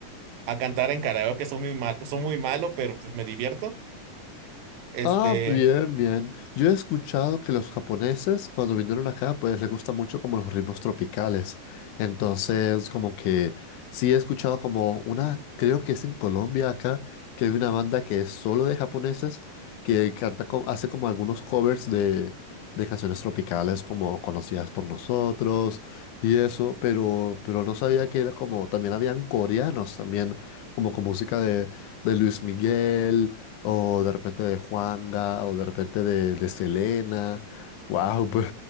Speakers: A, on the right (about 85°); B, on the left (about 75°).
A: a cantar en karaoke, son muy mal, son muy malo, pero pues me divierto. Este,
B: Ah, bien, bien. Yo he escuchado que los japoneses cuando vinieron acá, pues les gusta mucho como los ritmos tropicales. Entonces, como que sí he escuchado como una, creo que es en Colombia acá, que hay una banda que es solo de japoneses que canta, co- hace como algunos covers de, de canciones tropicales como conocidas por nosotros y eso, pero, pero no sabía que era como, también habían coreanos también, como con música de, de Luis Miguel, o de repente de Juanga, o de repente de, de Selena. Wow, <laughs> pues